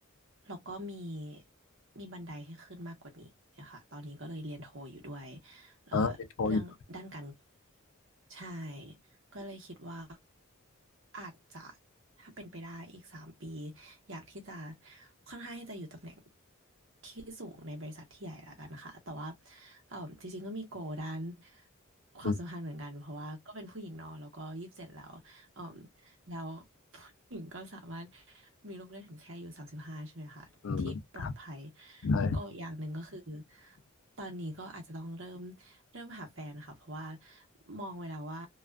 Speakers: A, on the right; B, on the left.
A: แล้วก็มีมีบันไดให้ขึ้นมากกว่านี้ค่ะตอนนี้ก็เลยเรียนโทอยู่ด้วย เอ่อเรื่องด้านการเงิน
B: อ๋อเป็นโทอยู่
A: ใช่ก็เลยคิดว่าอาจจะถ้าเป็นไปได้อีกสามปีอยากที่จะค่อนข้างที่จะอยู่ตำแหน่งที่สูงในบริษัทที่ใหญ่ละกันนะคะแต่ว่าเอ่อจริงๆก็มีโกด้านความสัมพันธ์เหมือนกันเพราะว่าก็เป็นผู้หญิงเนอะแล้วก็ยี่สิบเจ็ดแล้วเอ่อ
B: อืม
A: แล้วผู้หญิงก็สามารถมีลูกได้ถึงแค่อายู่สามสิบห้าใช่ไหมคะที่ปลอดภัย
B: อืมใช่
A: ก็อกอย่างหนึ่งก็คือ ตอนนี้ก็อาจจะต้องเริ่มเริ่มหาแฟนค่ะเพราะว่ามองไว้แล้วว่า